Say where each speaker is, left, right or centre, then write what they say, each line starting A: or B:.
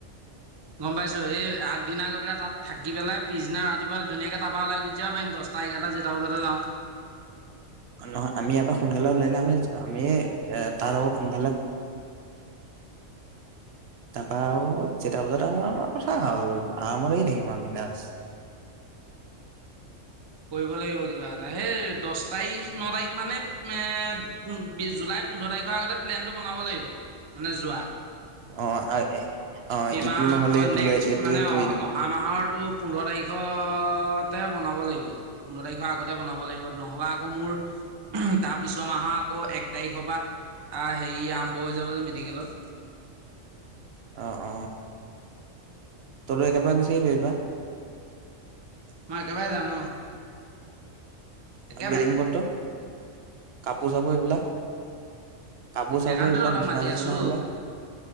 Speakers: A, on the right; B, on the right.
A: গম পাইছো এই আগদিনা গৈ পেলাই তাত থাকি পেলাই পিছদিনা ৰাতিপুৱা ধুনীয়াকৈ তাৰপৰা ওলাই গুচি যাব পাৰিম দহটা এঘাৰটা যেইটা বজাতে যাওঁ।
B: নহয় আমি এইয়াৰপৰা সোনকালে ওলাইদিলে আমি আমি তাৰ আকৌ সোনকালে তাৰপা আৰু যেতা বজাত আহো আমাৰ কথা আও আৰামত আহি থাকিম বিন্দাস
A: কৰিব লাগিব। কিবা এটা সেই দচ তাৰিখ ন তাৰিখ মানে জুলাই পোন্ধৰ তাৰিখৰ আগতে প্লেনটো বনাব লাগিব মানে যোৱা।
B: অ অ
A: এই
B: ইটো
A: মাহ
B: নহ'লে
A: অ
B: এইটো
A: নেক্সট
B: ল এইটোৱে
A: মানে
B: কৰি
A: অহা
B: দিম
A: অহা
B: আৰু।
A: মাহৰটো পোন্ধৰ তাৰিখতে বনাব লাগিব। পোন্ধ তাৰিখৰ আগত তে বনাব লাগিব নহলে আকৌ মোৰ তাৰপিছৰ মাহৰ আকৌ এক তাৰিখৰ পৰা হেৰি আৰম্ভ হৈ যাব যে মেডিকেলত
B: অ অ তাৰপৰা একে বাৰে গুচি আহিব পাৰিবা
A: মই একেবাই যাম একেবাৰে
B: বেডিং পট্ৰ কাপোৰ চাপোৰ এইবিলাক কাপোৰ চাপোৰ
A: সেইকাৰণটো
B: এইবিলাক
A: তহঁতক
B: বিচনা
A: মাতি
B: চিচনা
A: আছো।
B: সেইবিলাক